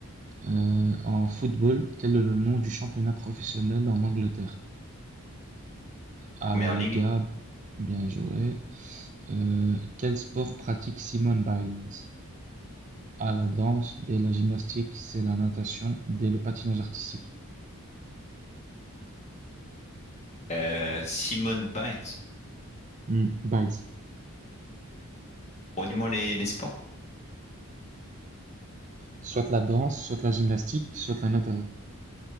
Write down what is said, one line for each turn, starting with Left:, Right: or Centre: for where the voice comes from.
Right: Euh, en football, quel est le nom du championnat professionnel en Angleterre? A
Left: première
Right: la Liga,
Left: ligue.
Right: bien joué. Euh, quel sport pratique Simone Biles? A la danse, B la gymnastique, C la natation, D le patinage artistique.
Left: Euh, Simone Biles.
Right: Hmm, Biles.
Left: Redis-moi les, les sports.
Right: Soit la danse, soit la gymnastique, soit la natation,